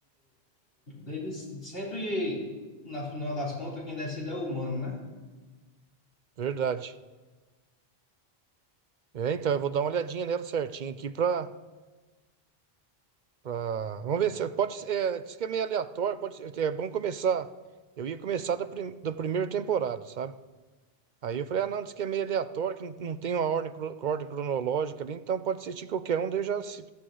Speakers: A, on the left; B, on the right.
A: eles sempre, na final das contas, quem decide é o humano, né?
B: Verdade. É, então eu vou dar uma olhadinha nela certinho aqui pra. pra... Vamos ver se. eu- Pode ser. É, diz que é meio aleatório, pode ser. É bom começar. Eu ia começar da, prim... da primeira temporada, sabe? Aí eu falei, ah, não, diz que é meio aleatório, que não, não tem uma ordem, cro- ordem cronológica ali, então pode assistir qualquer um, daí eu já se-